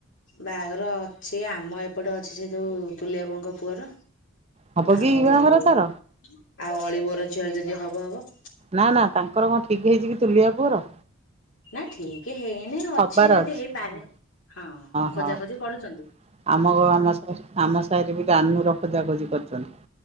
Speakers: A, on the left; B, on the right.
A: ବାହାଘର ଅଛି, ଆମ ଏପଟେ ଅଛି ସେ ଯଉ ତୁଲେଇ ବାବୁଙ୍କ ପୁଅର।
B: ହବ
A: ଆଉ,
B: କି ବାହାଘର ତାର?
A: ଆଉ ଅଳି ବଉର ଝିଅର ଯଦି ହବ ହବ।
B: ନା ନା, ତାଙ୍କର କ'ଣ ଠିକ୍ ହେଇଚି କି? ତୁଲେଇ ବାବୁ
A: ନା ଠିକି ହେଇନି ଅଛି
B: ହବାର
A: ଯଦି ହେଇପାରେ,
B: ହଁ
A: ହଁ
B: ହଁ।
A: ଖୋଜା ଖୋଜି କରୁଚନ୍ତି।
B: <inaudible>